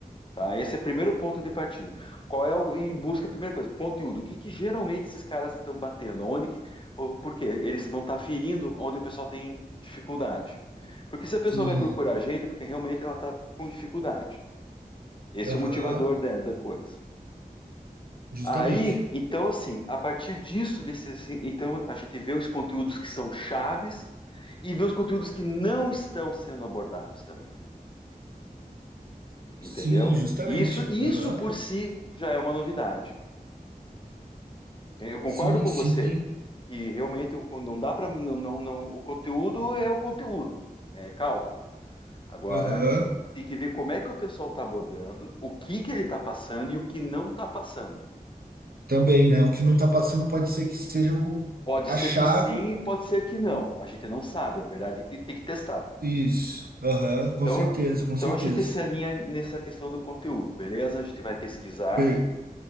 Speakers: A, on the left (about 35°); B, on the right (about 80°).
A: Tá? Esse é o primeiro ponto de partida. Qual é o, e busca a primeira coisa, conteúdo. O que, que geralmente esses caras estão batendo? Onde que, ou por quê? Eles vão estar ferindo onde o pessoal tem dificuldade. Porque se a pessoa
B: Sim,
A: vai procurar a gente, é porque realmente ela está com dificuldade. Esse
B: aham,
A: é o motivador da, da coisa.
B: justamente.
A: Aí, então, assim, a partir disso, desse, assim, então a gente vê os conteúdos que são chaves e vê os conteúdos que não estão sendo abordados também, entendeu?
B: Sim, justamente.
A: Isso, isso
B: Aham.
A: por si já é uma novidade. Eu concordo
B: Sim,
A: com
B: sim.
A: você que realmente o, não dá para não, não, não- o conteúdo é o conteúdo, é cálculo. Agora
B: Aham.
A: tem que ver como é que o pessoal está abordando, o que que ele está passando e o que não está passando.
B: Também, né? O que não está passando pode ser que seja o,
A: Pode
B: a
A: ser
B: chave.
A: que sim, pode ser que não. A gente não sabe, a verdade tem, tem que testar.
B: Isso. Aham, com
A: Então,
B: certeza, com
A: então
B: certeza.
A: a gente se alinha nessa questão do conteúdo, beleza? A gente vai pesquisar.
B: Per-